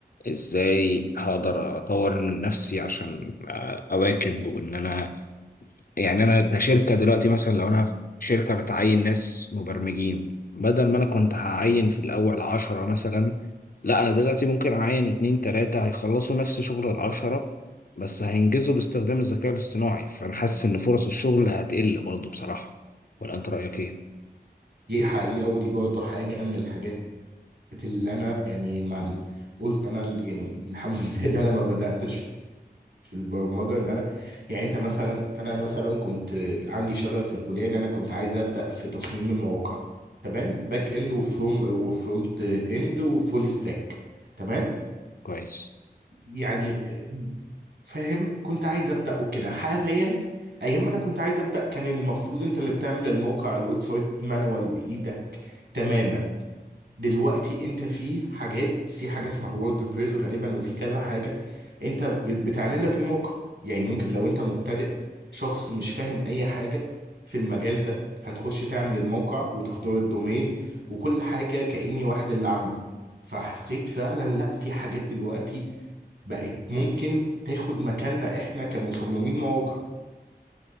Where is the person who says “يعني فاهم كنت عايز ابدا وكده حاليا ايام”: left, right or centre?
Right